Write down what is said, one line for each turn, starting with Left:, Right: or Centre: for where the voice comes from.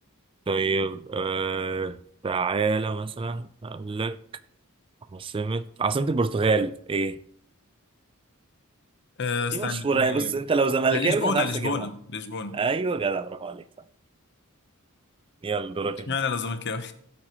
Right: طيب آه تعالى مثلا اقول لك عاصمة عاصمة البرتغال ايه
Left: آه استنى
Right: دي مشهورة
Left: اسمها
Right: يعني
Left: ايه؟
Right: بص انت لو زملكاوي
Left: لا، لشبونه
Right: هتعرف
Left: لشبونه
Right: تجيبها
Left: لشبونه
Right: ايوه جدع برافو عليك صح يلا دورك
Left: اشمعنى
Right: انت
Left: لو زملكاوي